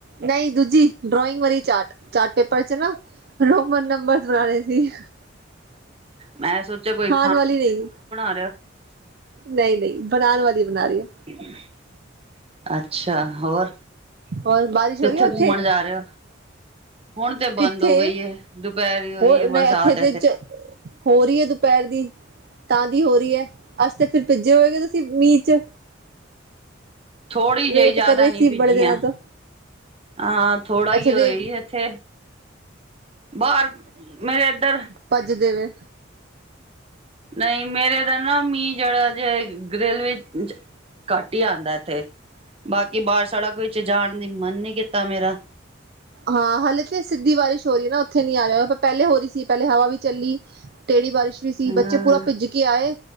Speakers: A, on the right (about 50°); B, on the right (about 30°).
A: ਨਹੀਂ ਦੂਜੀ ਡਰੋਇੰਗ ਵਾਰੀ ਚਾਰਟ। ਚਾਟ ਪੇਪਰ ਚ ਨਾ ਰੋਮਨ ਨੰਬਰ'ਸ' ਬਣਾਣੇ ਸੀ।
B: ਮੈਂ ਸੋਚਿਆ ਕੋਈ
A: ਖਾਣ ਵਾਲੀ ਨਹੀਂ।
B: <unintelligible>
A: ਨਹੀਂ, ਨਹੀਂ ਬਣਾਉਣ ਵਾਲੀ ਬਣਾ ਰਹੀ ਆ।
B: <unintelligible> ਅੱਛਾ, ਹੋਰ
A: ਹੋਰ ਬਾਰਿਸ਼
B: ਕਿੱਥੇ
A: ਹੋ ਰਹੀ ਹੈ ਉੱਥੇ?
B: ਘੁੰਮਣ ਜਾ ਰਹੇ ਹੋ। ਹੁਣ ਤੇ
A: ਕਿੱਥੇ
B: ਬੰਦ ਹੋ ਗਈ ਹੈ ਦੁਪਹਿਰ ਹੀ ਹੋਈ
A: ਹੋਰ
B: ਹੈ ਬਰਸਾਤ
A: ਇੱਥੇ ਤੇ। ਹੋ ਰਹੀ ਹੈ ਦੁਪਹਿਰ ਦੀ ਤਾਂ ਦੀ ਹੋ ਰਹੀ ਹੈ, ਅੱਜ ਤੇ ਫਿਰ ਭਿੱਜੇ ਹੋਏ ਗੇ ਤੁਸੀਂ ਮੀਂਹ ਚ।
B: ਥੋੜ੍ਹੀ
A: ਵੇਟ
B: ਜਿਹੀ ਜ਼ਿਆਦਾ
A: ਕਰ ਰਹੇ
B: ਨੀ
A: ਸੀ
B: ਭੀਜੀਆਂ
A: ਬੜੇ ਦਿਨਾਂ ਤੋਂ।
B: ਹਾਂ, ਥੋੜਾ
A: ਇੱਥੇ
B: ਜ ਹੋਏ
A: ਦੇ
B: ਸੀ ਇੱਥੇ। ਬਾਹਰ ਮੇਰੇ ਇੱਧਰ।
A: ਭੱਜ ਦੇਵੇ।
B: ਨਹੀਂ ਮੇਰੇ ਦਾ ਨਾ ਮੀਂਹ, ਜਿਹੜਾ ਜੇ ਗ੍ਰਿਲ ਵਿੱਚ। ਘੱਟ ਹੀ ਆਉਂਦਾ, ਇੱਥੇ ਬਾਕੀ ਬਾਰ ਸੜਕ ਵਿੱਚ ਜਾਣ ਦੀ ਮਨ ਨੀ ਕੀਤਾ ਮੇਰਾ।
A: ਹਾਂ ਹਲੇੇ ਤੇ ਸਿੱਧੀ ਬਾਰਸ਼ ਹੋ ਰਹੀ ਹੈ, ਨਾ ਉੱਥੇ ਨਹੀਂ ਆ ਰਿਹਾ ਪਹਿਲੇ ਹੋ ਰਹੀ ਸੀ ਪਹਿਲੇ ਹਵਾ ਵੀ ਚੱਲੀ। ਟੇੜੀ ਬਾਰਿਸ਼ ਵੀ ਸੀ
B: ਹਾਂ
A: ਬੱਚੇ ਪੂਰਾ ਭਿੱਜ ਕੇ ਆਏ